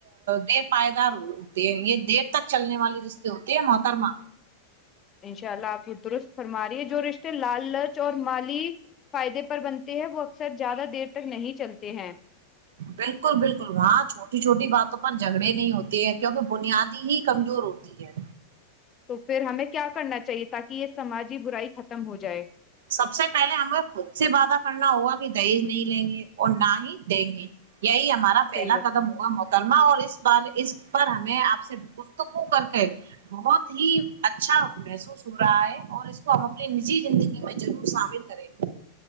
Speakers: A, on the right; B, on the left.
A: دیر پائیدار ہوتے ہیں یہ دیر تک چلنے والے رشتے ہوتے ہیں محترما
B: انشاء اللہ آپ کو درست فرما رہی ہے جو رشتے لال لچ اور مالی فائدے پر بنتے ہیں وہ اکثر زیادہ دیر تک نہیں چلتے ہیں
A: بالکل بالکل وہاں چھوٹی چھوٹی بات پر جھگڑے نہیں ہوتے ہیں کیونکہ بنیادی ہی کمزور ہوتی ہے
B: تو پھر ہمیں کیا کرنا چاہیے تاکہ یہ سماجی برائی ختم ہو جائے
A: سب سے پہلے ہمیں خود سے وعدہ کرنا ہوگا کہ دہیز نہیں لیں گے اور نہ ہی دیں گے یہی ہمارا پہلا
B: صحیح بات
A: قدم ہوا م کرما اور اس بار اس پر ہمیں آپ سے گفتگو کر کے بہت ہی اچھا محسوس ہو رہا ہے اور اپنی نجی زندی ضرور شامل کریں